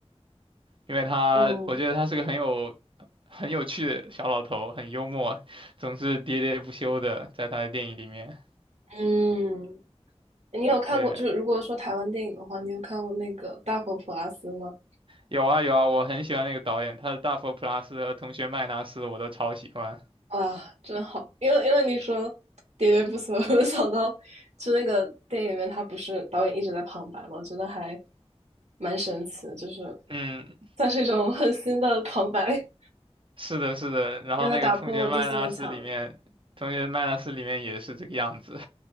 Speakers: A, on the right; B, on the right.
A: 因为他，
B: 嗯
A: 我觉得他是个很有很有趣的小老头，很幽默，总是喋喋不休的，在他的电影里面。
B: 嗯，你有看过？
A: 对，
B: 就是如果说台湾电影的话，你有看过那个《大佛普拉斯》吗？
A: 有啊有啊，我很喜欢那个导演，他的《大佛普拉斯》和《同学麦纳斯》我都超喜欢。
B: 啊，真好！因为因为你说喋喋不休，<laughs> 我就想到，就那个电影里面，他不是导演一直在旁白吗？我觉得还蛮神奇的，就是
A: 嗯，
B: 算是一种很新的旁白。
A: 是的，是的，然后那个同学麦纳斯里面，
B: 让他打破了第四面墙。
A: 同学麦纳斯里面也是这个样子。